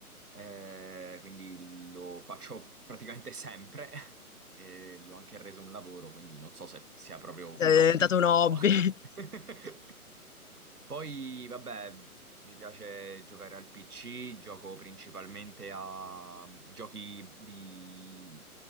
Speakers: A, on the right; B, on the left.
A: eh, quindi lo faccio praticamente sempre, <laughs> e l'ho anche reso un lavoro, quindi non so se sia proprio
B: È
A: un
B: diventato
A: hobby, però...
B: un hobby.
A: <laughs>
B: <laughs>
A: Poi, vabbè, mi piace giocare al PC, gioco principalmente a giochi di...